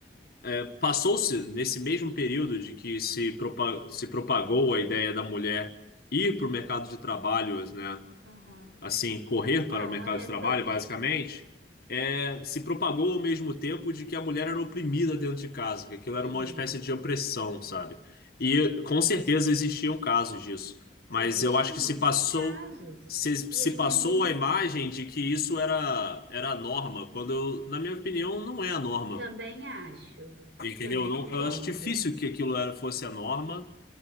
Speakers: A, on the left; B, on the right.
A: é, passou-se nesse mesmo período de que se, propa- se propagou a ideia da mulher ir para o mercado de trabalho, né?
B: aham.
A: assim, correr
B: Então,
A: para o mercado
B: é
A: de trabalho,
B: pro...
A: basicamente, é, se propagou ao mesmo tempo de que a mulher era oprimida dentro de casa, que aquilo
B: Sim,
A: era uma espécie de opressão, sabe? E com certeza existiam casos disso, mas
B: existiam
A: eu acho que
B: muitos
A: se passou
B: casos
A: se, se
B: e ainda
A: passou
B: existem.
A: a imagem de que isso era era a norma, quando eu, na minha opinião não é a norma,
B: Também acho.
A: entendeu?
B: Também
A: Não,
B: concordo.
A: eu acho difícil que aquilo era, fosse a norma.